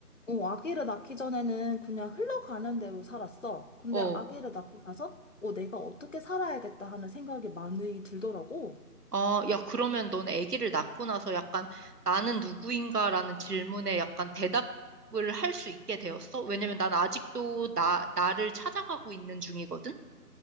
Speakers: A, on the left; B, on the right.
A: 어, 아기를 낳기 전에는 그냥 흘러가는 대로 살았어. 근데
B: 어.
A: 아기를 낳고 나서, 어, 내가 어떻게 살아야겠다 하는 생각이 많이 들더라고.
B: 아, 야, 그러면 넌 아기를 낳고 나서 약간 나는 누구인가라는 질문에 약간 대답을 할 수 있게 되었어? 왜냐면 난 아직도 나, 나를 찾아가고 있는 중이거든?